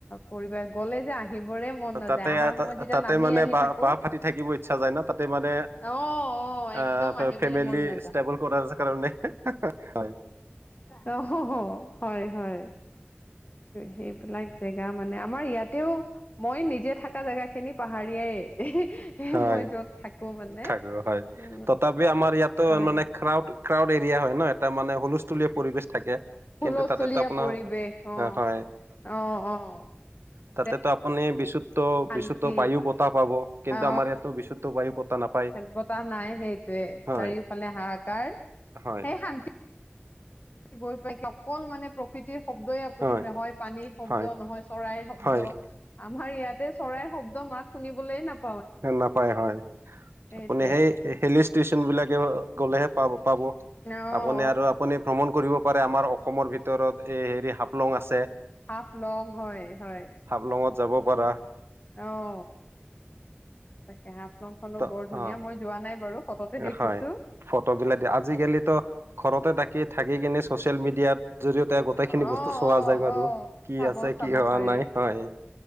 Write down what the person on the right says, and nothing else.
তাতে
তাতে
মানে
বাহ
বাহ ফাটি থাকিব ইচ্ছা যায় ন তাতে মানে
আহ
ফেমিলি
ষ্টেবল কৰাৰ কাৰণে হয়।
হয়
থাকো হয়।
তথাপি আমাৰ ইয়াতো
মানে ক্ৰাউড ক্ৰাউড এৰিয়া হয় ন এটা মানে হুলস্থুলীয়া পৰিৱেশ থাকে
কিন্তু তাতেতো
আপোনাৰ
হয়
তাতে তো আপুনি বিচুত
বিশুদ্ধ বায়ু বতাহ পাব কিন্তু
আমাৰ ইয়াতো বিশুদ্ধ বায়ু বতাহ নাপায়।
হয়
হয়
হয়
হয়
হয়
নাপায় হয়
আপুনি সেই লিষ্ট্ৰ ষ্টেচন বিলাকে গ'লেহে পাব পাব
আপুনি আৰু আপুনি ভ্ৰমণ কৰিব পাৰে আমাৰ অসমৰ ভিতৰত এই হেৰি হাফলং আছে
হাফলঙত যাব পাৰা
ত
অ
হয় ফটো বিলাক দিয়ে, আজি কালিতো ঘৰতে তাকি থাকি কিনে ছ'চিয়েল মিডিয়াত জৰিয়তে গোটেইখিনি
বস্তু চোৱা
যায় বাৰু
কি
আছে
কি হোৱা
নাই হয়